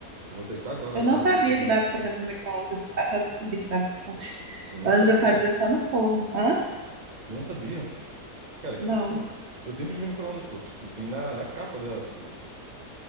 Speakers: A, on the right (about 30°); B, on the right (about 60°).
A: Eu vou testar agora
B: Eu
A: no,
B: não sabia
A: no forninho,
B: que dava
A: sabe?
B: pra fazer no micro-ondas, até eu descobri que dava pra fazer. <laughs>
A: Tu não
B: Antes
A: sabia?
B: eu fazia só no forno. Hã?
A: Tu não sabia? <laughs> Cara, que
B: Não.
A: loucura. Eu sempre fiz micro-ondas, pô. Tipo, tem na, na capa dela, tipo.